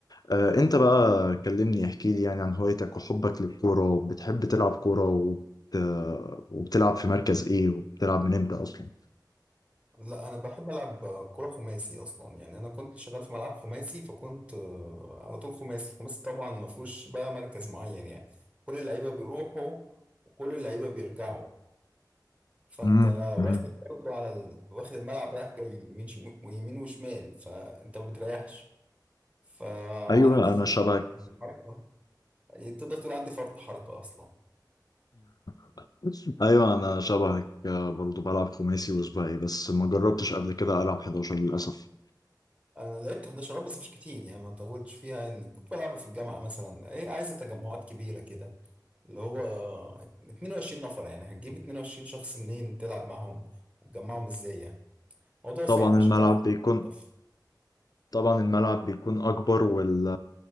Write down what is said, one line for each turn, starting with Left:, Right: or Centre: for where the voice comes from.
Left: آه، انت بقى كلمني احكي لي يعني عن هوايتك وحبك للكورة بتحب تلعب كورة وبت... وبتلعب في مركز ايه وبتلعب من امتى اصلا
Right: لا انا بحب العب كرة خماسي اصلا يعني انا كنت شغال في ملعب خماسي فكنت آه، على طول خماسي الخماسي طبعا ما فيهوش بقى مركز معين يعني كل اللعيبة بيروحوا وكل اللعيبة بيرجعوا فانت
Left: امم امم
Right: واخد برضه على ال... واخد الملعب رايح جاي يمين ش... ويمين وشمال فانت ما بتريحش فعندي
Left: ايوه انا شبهك
Right: حركة يعني تقدر تقول عندي فرط حركة اصلا
Left: <laughs> ايوه انا شبهك آه، برضو بلعب خماسي وسباعي بس ما جربتش قبل كده العب 11 للاسف
Right: انا لعبت 11 بس مش كتير يعني ما طولتش فيها ان كنت بلعبها في الجامعة مثلا ايه عايزة تجمعات كبيرة كده اللي هو 22 نفر يعني هتجيب 22 شخص منين تلعب معاهم وتجمعهم ازاي يعني موضوع صعب
Left: طبعا
Right: عشان
Left: الملعب
Right: كده الخماسي
Left: بيكون
Right: ألطف.
Left: طبعا الملعب بيكون اكبر وال